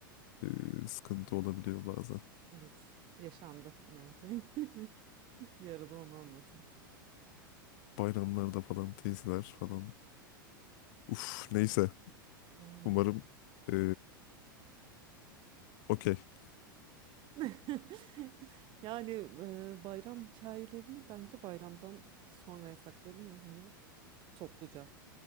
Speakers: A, on the left (about 60°); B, on the right (about 45°).
A: e, sıkıntı olabiliyor bazen.
B: evet yaşandı inan ki. <laughs> Bir arada onu anlatırım.
A: Bayramlarda falan teyzeler falan. Uf neyse.
B: Aynen.
A: Umarım e, okey.
B: <laughs> Yani e, bayram hikayelerini bence bayramdan sonraya saklayalım ve hani topluca.